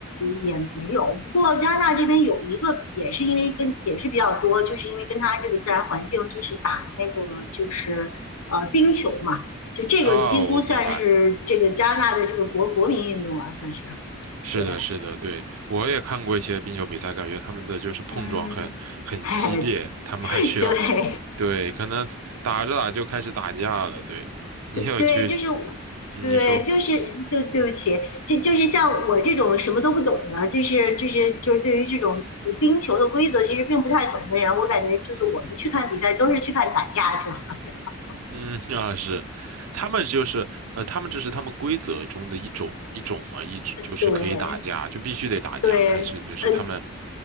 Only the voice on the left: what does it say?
也没有。不过加拿大这边有一个，也是因为跟也是比较多，就是因为跟它这个自然环境，就是打那个就是呃冰球嘛，就这个几乎算是这个加拿大的这个国国民运动啊，
算是
对，
嗯，<laughs> 嘿，
对。
对，就是
对，就是就对不起，就就是像我这种什么都不懂的，就是就是就是对于这种冰球的规则其实并不太懂的人，我感觉就是我们去看比赛都是去看打架去了。<laughs>
对
对，
呃